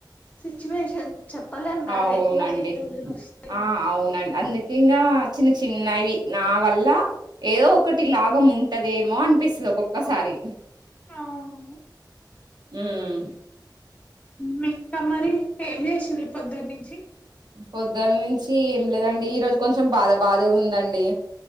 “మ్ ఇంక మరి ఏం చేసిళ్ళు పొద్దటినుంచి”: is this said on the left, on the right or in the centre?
Left